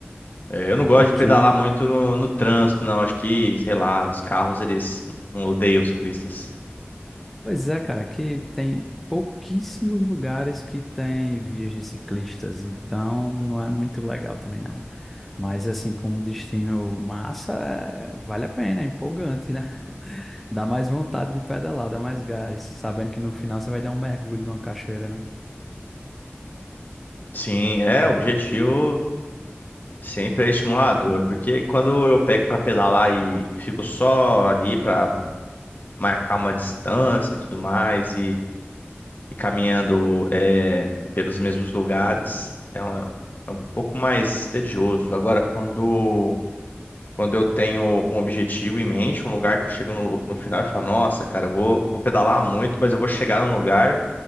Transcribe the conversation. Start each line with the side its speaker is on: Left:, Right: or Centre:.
Left: É, eu não gosto
Centre: Aqui
Left: de pedalar muito no, no trânsito, não. Acho que, sei lá, os carros eles não odeiam ciclistas.
Centre: Pois é, cara, aqui tem pouquíssimos lugares que tem vias de ciclistas, então não é muito legal também não. Mas assim, como destino massa, é- vale a pena, é empolgante, né? <laughs> Dá mais vontade de pedalar, dá mais gás, sabendo que no final você vai dar um mergulho numa cachoeira, né?
Left: Sim, é, o objetivo sempre é estimulador, porque quando eu pego pra pedalar e fico só ali pra marcar uma distância e tudo mais e caminhando é, pelos mesmos lugares é um pouco mais tedioso. Agora, quando, quando eu tenho um objetivo em mente, um lugar que eu chego no, no final e falo, nossa, cara, eu vou, vou pedalar muito, mas eu vou chegar num lugar